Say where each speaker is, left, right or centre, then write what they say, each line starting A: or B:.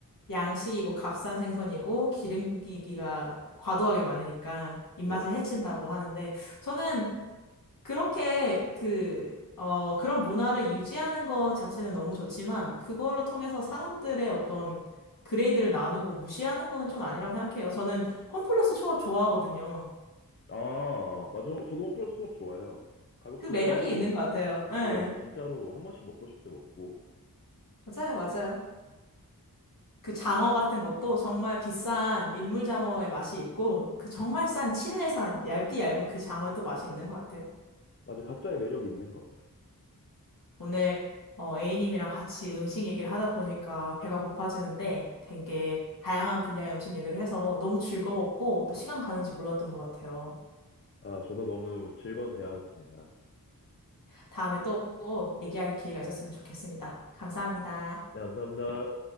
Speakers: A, on the left; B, on the left.
A: 양식이고 값싼 생선이고 기름기가 과도하게 많으니까 입맛을
B: 네.
A: 해친다고 하는데 저는 그렇게 그, 어, 그런 문화를 유지하는 것 자체는 너무 좋지만 그거를 통해서 사람들의 어떤 그레이드를 나누고 무시하는 거는 좀 아니라고 생각해요. 저는 홈플러스 초밥 좋아하거든요.
B: 아 맞아 저도 홈플러스 초밥 좋아해요. 가격도
A: 그 매력이
B: 싸고
A: 있는 것 같아요. 네.
B: 예 진짜로 한 번씩 먹고 싶을 때 먹고
A: 맞아요, 맞아요. 그 장어 같은 것도 정말 비싼 민물장어의 맛이 있고, 그 정말 싼 칠레산 얇디 얇은 그 장어의 또 맛이 있는 것 같아요.
B: 맞아, 각자의 매력이 있는 것
A: 오늘 어, A님이랑 같이 음식 얘기를 하다 보니까 배가 고파지는데 되게 다양한 분야의 음식 얘기를 해서 너무 즐거웠고 또 시간 가는지 몰랐던 것 같아요.
B: 아, 저도 너무 즐거운 대화였습니다.
A: 다음에 또 얘기할 기회가 있었으면 좋겠습니다. 감사합니다.
B: 네, 감사합니다.